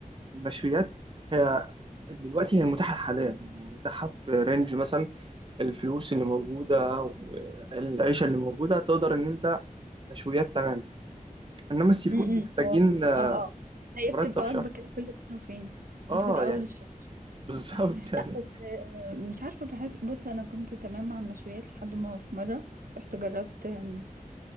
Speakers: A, on the right (about 35°); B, on the right (about 75°).
A: المشويات هي دلوقتي هي المتاحه حاليا يعني المتاحه في رينج مثلا الفلوس اللي موجودة والعيشة اللي موجودة تقدر إن أنت مشويات تمام إنما السي فود
B: امم
A: محتاجين
B: اه
A: آه،
B: اه هي
A: مرتب
B: بتبقى
A: شهر
B: وجبه كده كل فين وفين
A: آه
B: بتبقى
A: يعني
B: اول الشهر
A: بالظبط <laughs> يعني
B: لا بس آه، مش عارفة بحس بص أنا كنت تمام مع المشويات لحد ما في مرة رحت جربت آم،